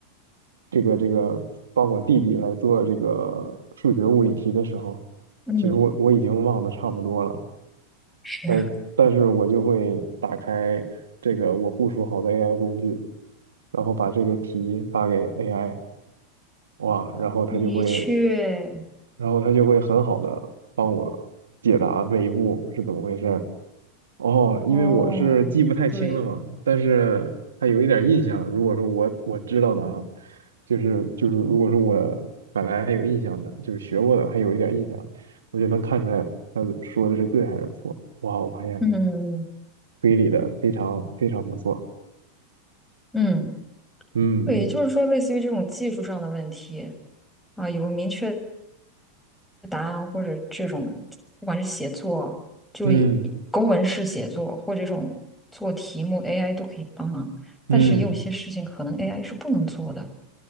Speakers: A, on the right; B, in the centre.
A: 这个这个帮我弟弟来做这个数学物理题的时候，
B: 嗯，
A: 其实我我已经忘得差不多了，
B: 是啊，
A: 但但是我就会打开这个我部署好的
B: <sniffs>
A: AI 工具，然后把这个题发给 AI，哇，然后它就会，
B: 的确，
A: 然后它就会很好的帮我解答每一步是怎么回事哦，因为我是记不太清了嘛，
B: 哦，对，
A: 但是还有一点印象。如果说我我知道的啊，就是就是，如果说我本来还有印象的，就是学过的还有一点印象，我就能看出来他说的是对还是错。哇，我发现
B: 嗯
A: 推理的非常非常不错。
B: 嗯
A: 嗯嗯
B: 对，也就是说，类似于这种技术上的问题啊，有个明确的答案，或者这种不管是写作，就以公文式写作，
A: 嗯
B: 或者这种做题目，AI 都可以帮忙。但是也有些事情可能
A: 嗯，
B: AI 是不能做的。